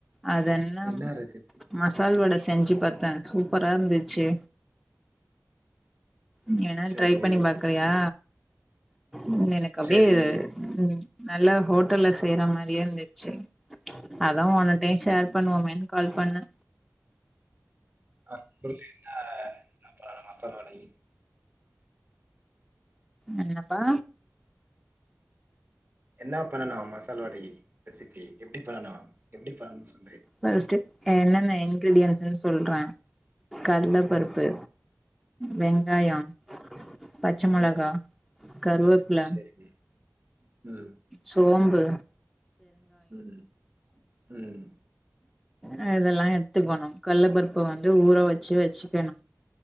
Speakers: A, in the centre; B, on the right.
A: அதென்னம்
B: என்ன ரெசிபி
A: மசால் வட ஸ் செஞ்சு பாத்தே சூப்பராருந்துச்சு
B: ம்
A: நீ வேணா அத
B: சரி
A: ட்ரை பண்ணி பாக்றியா ம் எனக்கப்டியே
B: சரி
A: ம் நல்லா ஹோட் ஹோட்டல்ல செய்ற மாரியேருந்துச்சு அதா ஒனக் பே ஷேர்
B: ம்
A: பண்ணுவோமேன் கால் பண்ணு
B: ஆ <inaudible> ஆ அப்றோ மசால் வடை
A: என்னப்பா
B: என்ன பண்ணன்னு மசால் வடக்கி ரெசிபி எப்டி பண்ணனு எப்டி பண்ணணுன்னு சொல்லு
A: ஃபஸ்ட்டு அ என்னன்ன இன் க்ரிடியன்ஸ்னு சொல்றே கடல பருப்பு
B: ம்
A: வெங்காயோ பச்ச
B: ம்
A: மொளகா கருவேப்ல
B: சரி ம்
A: சோம்ப் பு
B: ம் ம்
A: அ இதல்லா எடுத்துக்கோணு கல்ல பருப்ப வந்து ஊற வச்சு வெச்சிக்கணு